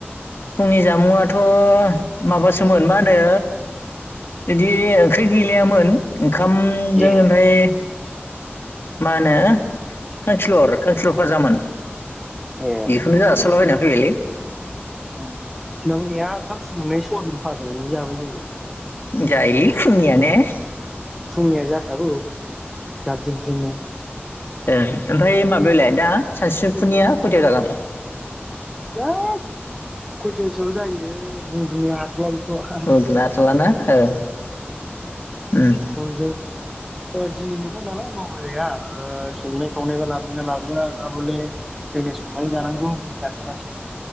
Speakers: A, on the left (about 65°); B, in the centre.
A: फुंनि जामुंआथ' माबासोमोन मा होनो इदि ओंख्रि गैलायामोन ओंखामजों
B: ए
A: ओमफ्राय मा होनो खांखिलर खांखिलर फाजामोन
B: ए
A: बेखौनो जासाबलाना
B: औ
A: फैबायलै
B: जोंनाबो गैया ओंखाम फुदुंनाय सयाबिन फाजादोनो जाबाय जोङो
A: जायोलै फुंनि जानाया
B: फुंनिया जाखागौ जाब जुबजोंनो
A: ए ओमफ्राय माबालाय दा सानसुफुनिया खयथायाव जागोन
B: बिराद खयथासोआव जायो बुंथनो हाथ'ला बेखौ औ‌
A: उन्दुनो हाथ'लाना ओ उम
B: जजोंनो दिनैनिफ्राय नालाय बावबारिया संनाय खावनायबो नाबले जोंनो संनानै जानांगौ बुजिनानै मोनासै